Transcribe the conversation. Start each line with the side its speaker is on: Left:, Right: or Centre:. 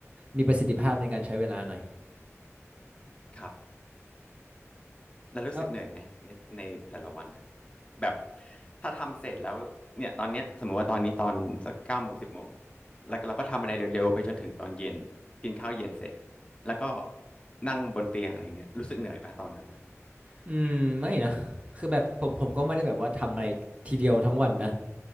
Right: มีประสิทธิภาพในการใช้เวลาหน่อย
Left: ครับแล้วรู้สึกเหนื่อยไหมในในแต่ละวันน่ะ
Right: เอ้า
Left: แบบถ้าทำเสร็จแล้วเนี่ยตอนเนี้ยสมมติว่าตอนนี้ตอนสักเก้าโมงสิบโมงแล้วเราก็ทำอะไรเร็วๆไปจนถึงตอนเย็นกินข้าวเย็นเสร็จแล้วก็นั่งบนเตียงอะไรเงี้ยรู้สึกเหนื่อยปะตอนนั้นนะ
Right: อืมไม่นะคือแบบผมผมก็ไม่ได้แบบว่าทำอะไรทีเดียวทั้งวันนะ